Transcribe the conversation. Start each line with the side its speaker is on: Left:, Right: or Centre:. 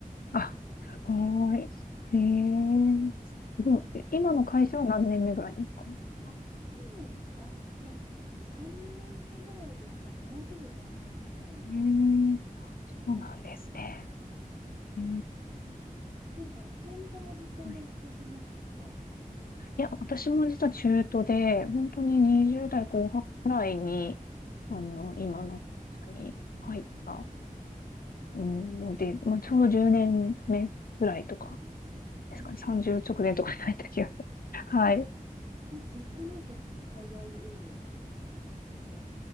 Left: あ、すごい。ええどうえ今の会社は何年目ぐらいなんですか
Right: ね、あ、もう、あ、でも、いや、3年目ぐらいですかね、もうすぐ3年ぐらいの。
Left: ええ
Right: うん
Left: そうなんですね。ええ
Right: なんか、ともみさんはずっと同じ会社なんですか
Left: はい。いや、私も実は中途で、本当に20代後半ぐらいに、
Right: はい。うん。
Left: あの、今の会社に入った
Right: あ
Left: うんので、まあ、ちょうど10年目ぐらいとか
Right: ーえー
Left: ですかね。30直前とかじゃない時が。<laughs> はい。
Right: え、ずっとなんかその海外営業だったんですか入ってから。